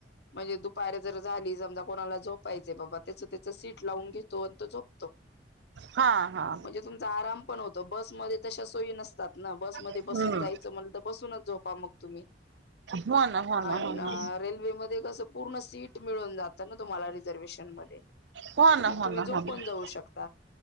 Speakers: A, on the left (about 65°); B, on the right (about 70°).
A: म्हणजे दुपारी जर झाली समजा कोणाला झोप पाहिजे बाबा, त्याच त्याच सीट लावून घेतो आणि तो झोपतो.
B: हा हा
A: म्हणजे तुमचा आराम पण होत. बसमध्ये तश्या सोयी नसतात ना. बस मध्ये
B: हम्म
A: बसून जायचं म्हटलं त, बसूनच झोपा मग तुम्ही.
B: हो ना हो
A: अ
B: ना हो ना
A: रेल्वे मध्ये कसं पूर्ण सीट मिळून जातं ना. तुम्हाला रिझर्वेशन
B: हो
A: त
B: ना
A: मग
B: हो
A: तुम्ही
B: ना
A: झोपुण
B: हो ना
A: जाऊ शकता.